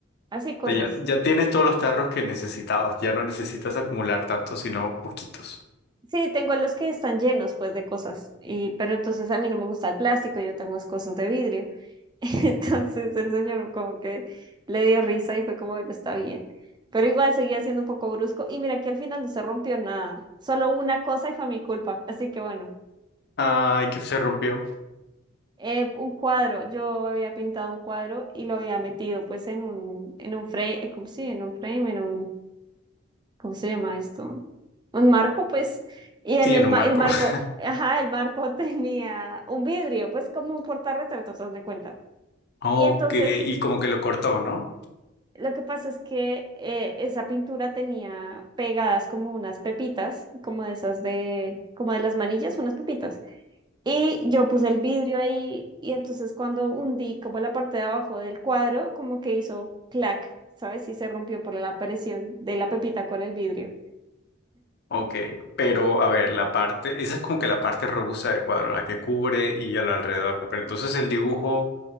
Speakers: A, on the right; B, on the left.
A: así cosas.
B: O sea, ya, ya tienes todos los tarros que necesitabas. Ya no necesitas acumular tantos, sino poquitos.
A: Sí, tengo los que están llenos pues de cosas, y, pero entonces a mí no me gusta el plástico, yo tengo es cosas de vidrio. <laughs> Entonces el señor como que le dio risa y fue como, bueno, está bien. Pero igual seguía siendo un poco brusco y mira que al final no se rompió nada, solo una cosa y fue mi culpa. Así que bueno.
B: Ay, que se rompió.
A: eh, un cuadro, yo había pintado un cuadro y lo había metido pues en un, en un frame, eh, ¿cómo sí? En un frame, en un, ¿cómo se llama esto? Un marco, pues, y en
B: Sí,
A: el,
B: en un
A: ma-
B: marco.
A: el marco,
B: <laughs>
A: ajá, el marco <laughs> tenía un vidrio, pues como un portarretratos, haz de cuenta.
B: Ok,
A: Y entonces,
B: y como que lo cortó, ¿no?
A: lo que pasa es que eh, esa pintura tenía pegadas como unas pepitas, como de esas de, como de las manillas, unas pepitas. Y yo puse el vidrio ahí y entonces cuando hundí como la parte de abajo del cuadro, como que hizo clac, ¿sabes? Y se rompió por la presión de la pepita con el vidrio.
B: Ok, pero a ver, la parte, esa es como que la parte robusta del cuadro, la que cubre y al alrededor, pero entonces el dibujo